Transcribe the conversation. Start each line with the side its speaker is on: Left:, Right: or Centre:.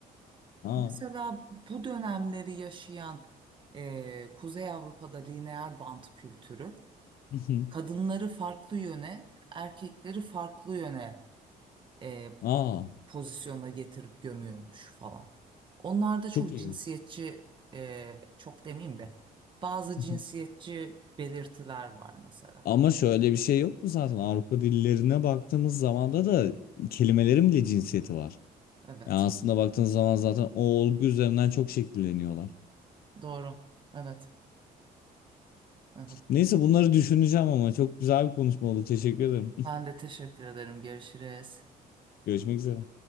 Left: Aa.
Right: Mesela bu dönemleri yaşayan eee, Kuzey Avrupa'da lineer bant kültürü
Left: <laughs>
Right: kadınları farklı yöne, erkekleri farklı yöne eee,
Left: Aa,
Right: pozisyona getirip gömüyormuş falan. Onlar da çok
Left: çok iyi.
Right: cinsiyetçi, eee, çok demeyeyim de bazı
Left: <laughs>
Right: cinsiyetçi belirtiler var mesela.
Left: Ama şöyle bir şey yok mu zaten Avrupa dillerine baktığımız zaman da da kelimelerin bile cinsiyeti var.
Right: Evet,
Left: Yani aslında baktığınız zaman zaten o olgu üzerinden çok şekilleniyorlar.
Right: doğru. Evet, evet.
Left: Neyse bunları düşüneceğim ama çok güzel bir konuşma oldu. Teşekkür ederim.
Right: Ben de teşekkür ederim. Görüşürüz.
Left: <laughs> Görüşmek üzere.